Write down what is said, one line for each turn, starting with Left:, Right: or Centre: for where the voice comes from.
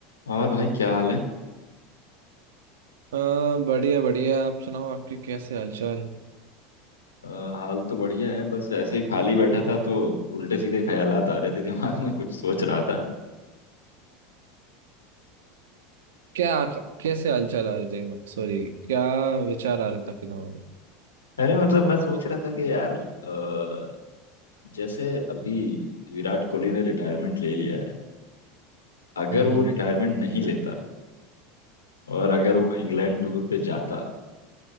Left: और भाई क्या हाल है
Right: हाँ बढ़िया बढ़िया आप सुनाओ आपके कैसे हालचाल
Left: अ, हाल तो बढ़िया है बस ऐसे ही खाली बैठा था तो उल्टे सीधे ख्यालात आ रहे थे दिमाग में कुछ सोच रहा था
Right: क्या कैसे हालचाल आ रहे थे सॉरी क्या विचार आ रहे थे आपके दिमाग में
Left: अरे मतलब मैं सोच रहा था कि यार अ, जैसे अभी विराट कोहली ने रिटायरमेंट ले लिया है अगर
Right: हम्म
Left: वो
Right: हम्म
Left: रिटायरमेंट नहीं लेता और अगर वो इंग्लैंड टूर पे जाता